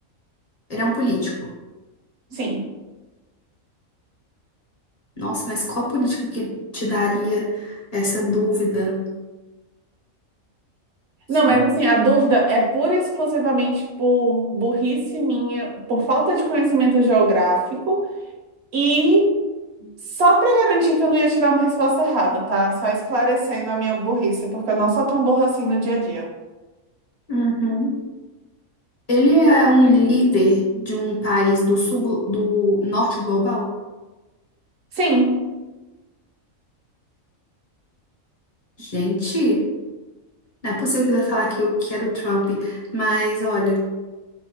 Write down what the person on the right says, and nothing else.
Sim.
Não, mas
assim, a dúvida é pura e exclusivamente por burrice minha, por falta de conhecimento geográfico e só para garantir que eu não ia tirar uma resposta errada, tá? Só esclarecendo a minha burrice, porque eu não sou tão burra assim no dia a dia.
Sim.